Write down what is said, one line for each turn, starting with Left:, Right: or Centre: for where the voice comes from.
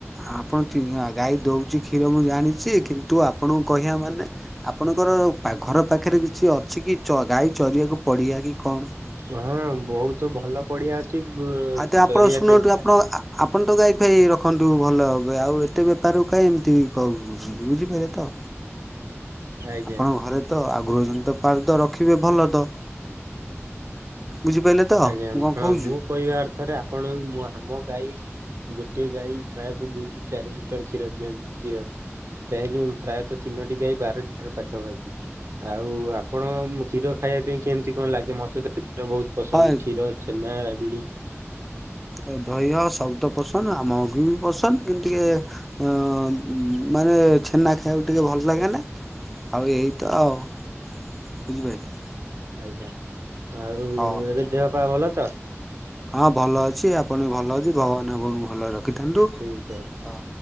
Centre: ଆପ <unintelligible> ହାଁ ଗାଈ ଦୋଉଚି କ୍ଷୀର ମୁଁ ଜାଣିଛି କିନ୍ତୁ ଆପଣଙ୍କୁ କହିବା ମାନେ ଆପଣଙ୍କର ପା ଘର ପାଖରେ କିଛି ଅଛି କି ଚ ଗାଈ ଚରିବାକୁ ପଡିଆ କି କଣ?
Right: ହଁ ବୋହୁତ ଭଲ ପଡିଆ ଅଛି <unintelligible>
Centre: ଆଉ ତ ଆପଣ
Right: ଚରିବା
Centre: ଶୁଣନ୍ତୁ
Right: ପାଇଁ।
Centre: ଆପଣ ଆପଣ ତ ଗାଈ ଫାଇ ରଖନ୍ତୁ ଭଲ ହବେ ଆଉ ଏତେ ବେପାରକୁ କାଇଁ ଏମିତି କହୁ <unintelligible> ବୁଝିପାଇଲ ତ?
Right: ଆଜ୍ଞା
Centre: ଆପଣଙ୍କ ଘରେ ତ ଆ ଗୃହଜନିତ ପାଳୁତ ରଖିବେ ଭଲ ତ। ବୁଝିପାଇଲେ ତ
Right: ଆଜ୍ଞା
Centre: ମୁଁ କଣ
Right: ହଁ
Centre: କୋହୁଚି?
Right: ମୁଁ କହିବା ଅର୍ଥରେ ଆପଣ ମୁଁ ଆମ ଗାଈ ଗୋଟିଏ ଗାଈ ପ୍ରାୟତ ଦୁଇରୁୁ ଚାରି ଲିଟର କ୍ଷୀର ଦିଅ-ଟ ଦିଅନ୍ତି। ସେ ଯୋଉ <unintelligible> ପ୍ରାୟତ ତିନୋଟି ଗାଈ ବାର ଲିଟର ପାଖାପାଖି <unintelligible> ଆଉ ଆପଣ କ୍ଷୀର ଖାଇବା ପାଇଁ କେମିତି କଣ ଲାଗେ ମତେ ତ କ୍ଷୀର ବୋହୁତ ପସନ୍ଦ
Centre: ହଁ
Right: କ୍ଷୀର, ଛେନା, ରାବିଡ୍
Centre: ଆ ଦହିୟ ସବୁ ତ ପସନ୍ଦ ଆଉ ଆମକୁ ବି ପସନ୍ଦ କିନ୍ତୁ ଟିକେ ଅଁ ମାନେ ଛେନା ଖାଇବାକୁ ଟିକେ ଭଲ ଲାଗେ ନା। ଆଉ ଏଇ ତ ଆଉ ବୁଝିପାଇଲେ?
Right: ଆଜ୍ଞା ଆଉ
Centre: ହଉ
Right: ଏବେ ଦେହ ପା ଭଲ ତ?
Centre: ହଁ ଭଲ ଅଛି। ଆପଣ ବି ଭଲ ଅଛି। ଭଗବାନ ଆପଣଙ୍କୁ ଭଲରେ ରଖିଥାନ୍ତୁ ହଁ
Right: ଠିକ ଅଛି